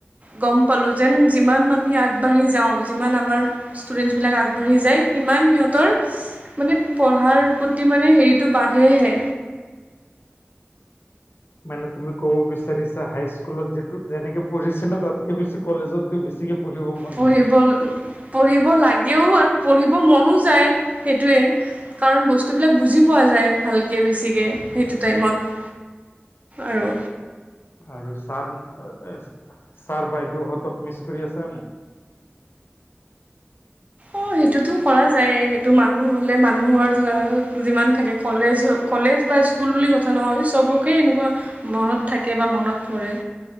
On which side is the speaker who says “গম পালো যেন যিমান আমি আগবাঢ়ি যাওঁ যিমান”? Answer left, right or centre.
Right